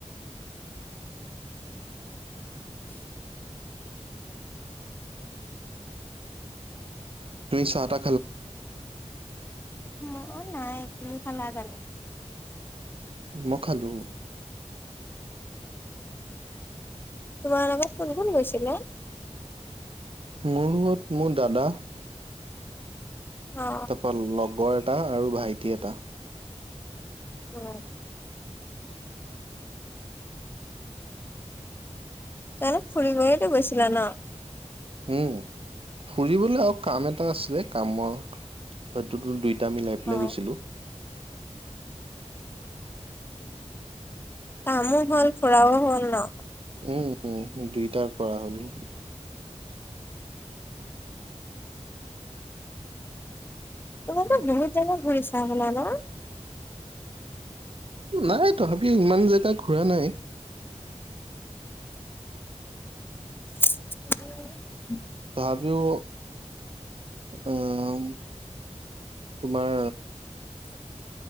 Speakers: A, on the right; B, on the left.
A: তুনিশ আটা
B: ম নাই তমি খালাে।
A: ম খালো।
B: তোমাৰ লগোকত কোন কোন গৈছিল?
A: মোৰ লগত মোৰ দাদা।
B: অ
A: তাৰপা লগৰ এটা আৰু ভাইটি এটা।
B: উম। তনেক ফৰি গতে গৈছিলা ন।
A: উম ফুৰিবলে আৰু কাম এটা আছিলে কামৰ হয়তো দুই এ আমি লাই পেলাই
B: অ
A: গৈছিলো।
B: কামো হ'ল ফুৰাও হ'ল ন।
A: উম উ দুইটাৰ পৰা হলো।
B: তমি বহুত জাগা ঘূৰিছা আ ন <unintelligible>
A: নাই তথাপিও ইমান জেগা ঘুৰা নাই
B: <inaudible>
A: আমিও। আহ তোমাৰ